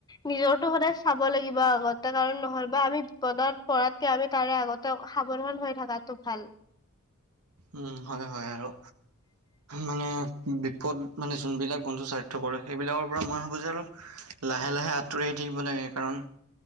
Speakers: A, on the left (about 20°); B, on the right (about 80°).
A: নিজৰটো সদায় চাব লাগিব আগত। টা কাৰণ নহয় বা আমি পদাত পৰাতকে আমি তাৰে আগত। তেওঁ সাৱধান হৈ থকাতটো ভাল।
B: উম। হয়, হয় আৰু মানে বিপদত। বিত মানে যোনবিলাক বন্ধু স্বাৰ্থ কৰে। সেইবিলাকৰ পৰা মই ভাবোঁ যে অলপ লাহে লাহে আঁতৰি আহি থাকিব লাগে। সেইকাৰণ